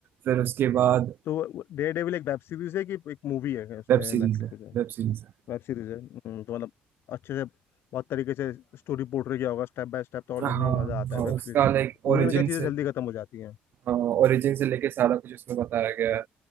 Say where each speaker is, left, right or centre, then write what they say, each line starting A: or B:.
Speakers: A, on the right; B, on the left.
A: फिर उसके बाद
B: तो डेयर डेविल एक वेब सीरीज है कि एक मूवी है उसमें
A: वेब सीरीज
B: नेटफ्लिक्स
A: है
B: पे जो
A: वेब सीरीज है
B: वेब सीरीज है हम्म, तो मतलब अच्छे से बहुत तरीके से स्टोरी पोर्ट्रे किया होगा स्टेप बाय स्टेप तो और
A: हाँ
B: देखने
A: हाँ
B: में मजा आता है वेब
A: उसका
B: सीरीज में
A: लाइक ओरिजिन
B: मूवी में क्या चीजें
A: से
B: जल्दी खत्म हो जाती हैं
A: ओरिजिन से लेके सारा कुछ उसमें बताया गया है